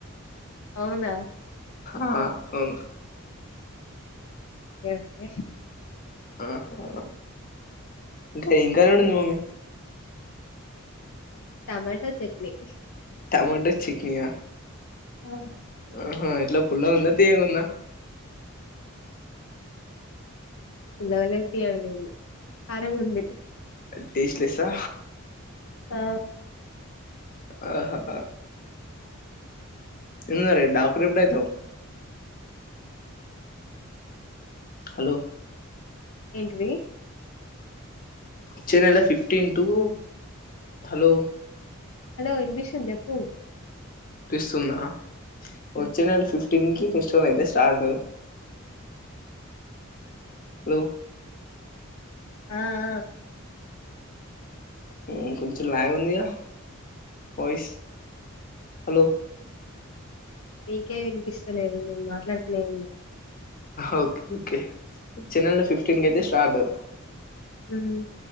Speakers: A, on the left; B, on the left.
A: అవునా
B: ఆ అవును
A: ఓకే
B: ఆహా ఇ కైంకాలనుందు మామి
A: టమాటో చట్నీ
B: టమాటో చికనియా
A: ఆ
B: ఆహా ఇట్లా పుల్ల ఉంద తీకుంద
A: పుల్లగా లెద్ తీయగా లెద్ కరంగా ఉంది
B: టేస్ట్లెస్సా
A: ఆ
B: ఆహా ఎం మరి డాక్టర్ ఎప్పుడూయితావ్ హలో
A: ఏంటిది
B: వచ్చే నేల ఫిఫ్టీన్ టు హలో
A: హలో ఇన్పిస్తుంది చెప్పు
B: తీస్తున్నా
A: ఉమ్
B: వచ్చే నేల ఫిఫ్ టీంకీ ఫెస్టివల్ అయితే స్టార్ట్ హలో
A: ఆ ఆ
B: మ్ కొంచం లాగ్ ఉంది గా వయిస్ హలో
A: నీకే వినిపిస్తలేదు నేను మాట్లాడుతునే ఉన్నా
B: ఓకే ఓకే వచ్చే నేల ఫిఫటీన్ కతే స్టార్ట్
A: మ్